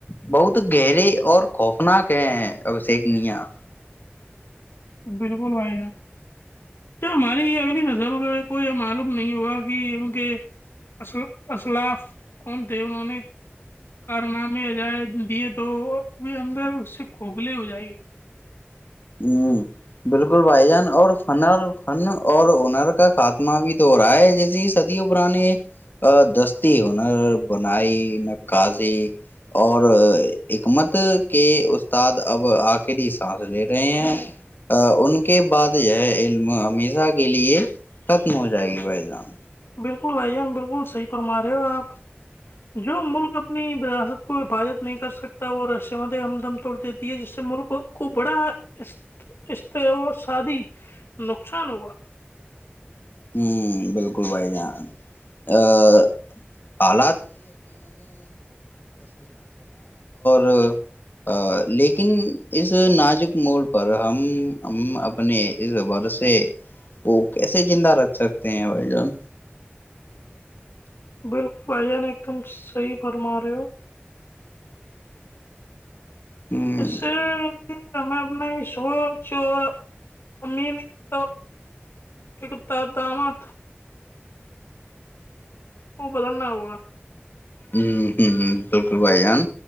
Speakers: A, on the left; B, on the left.
A: بہت گہرے اور خوفناک ہیں ہیں ابشیک میا
B: بالکل بھائی تو ہماری اگلی نسل میں کو یہ معلوم نہیں ہوا کہ ان کے الاف کون تھے انہوں نے کارنامے عجائ دیے تو وہ اندر اس سے کھوکھلے ہو جائیںے
A: ہ بالکل بھائی جان اور فنر فن اور ہنر کا خاتمہ بھی تو ہو رہا ہے جیسے صدیوں پرر نے دستی ہنر بنائی نقاضی اور حکمت کے استاد اب آخرری سانس ل رہے ہیں ان کے بعد یہ ہے علم ہمیشہ کے لیے ختم ہو جائے گی بھائی جان
B: بالکل بھائی جان بالکل صحیح فرما رہے ہو آپ جو ملک اپنی راثت کو حفاظت نہیں کر سکتا وہ رش ہمدم توڑ دیتی ہے جس سے ملک کو بڑا اس شادی نقصان ہوا
A: ہوں بالکل بھائی جان ا <inaudible> اور لیک لیکن اس نازک موڑ پر ہم اپنے اس بورسے کو کیسے زندہ رکھ سکتے ہیں بھائی جان
B: بالکل بھائی جان ایک دم صحیح فرما رہے ہو
A: ہ
B: اسشی ہمیں اپنا شورچ اور امیر کا اقتدامات تھا وہ بدلنا ہوگا
A: ہ ہ ہ بالکل بھائی جان